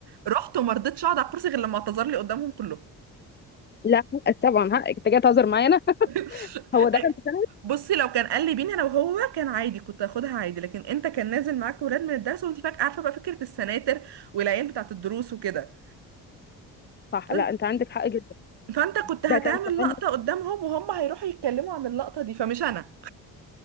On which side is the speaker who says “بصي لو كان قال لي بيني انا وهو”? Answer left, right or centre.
Right